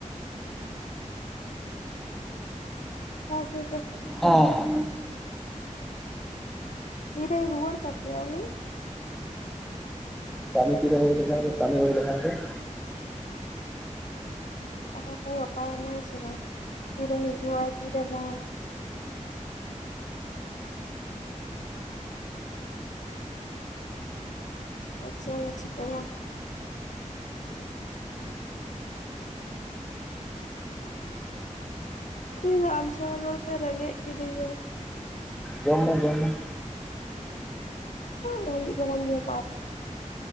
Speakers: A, on the left; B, in the centre.
A: <unintelligible>
B: ᱦᱮᱸ ᱾
A: ᱛᱤᱨᱮᱭ ᱨᱩᱣᱟᱹᱲ ᱛᱟᱯᱮᱭᱟ ᱩᱱᱤ?
B: ᱠᱟᱹᱢᱤ ᱛᱤᱨᱮ ᱦᱩᱭ ᱞᱮᱠᱷᱟᱱ ᱜᱮ ᱠᱟᱹᱢᱤ ᱦᱩᱭ ᱞᱮᱱᱠᱷᱟᱱ ᱜᱮ ᱾
A: ᱟᱫᱚ ᱠᱚᱭᱚᱜ ᱠᱟᱭ ᱢᱮ ᱦᱮᱸ ᱥᱮ ᱵᱟᱝ ᱛᱤ ᱨᱮ ᱦᱤᱡᱩᱜ-ᱟᱭ ᱛᱤᱨᱮ ᱵᱟᱝ ᱾ ᱟᱪ ᱪᱮᱢ ᱪᱤᱠᱟᱹᱭᱟ? ᱩᱱᱤ ᱫᱚ ᱟᱢ ᱥᱟᱶ ᱨᱚᱲ ᱛᱮ ᱨᱮᱸᱜᱮᱡ ᱠᱤᱫᱤᱧᱟ ᱾
B: ᱡᱚᱢ ᱢᱮ ᱡᱚᱢ ᱢᱮ ᱾
A: ᱩᱸᱻ ᱟᱹᱭᱩᱵ ᱵᱮᱲᱟᱢ ᱡᱚᱢᱟ <unintelligible>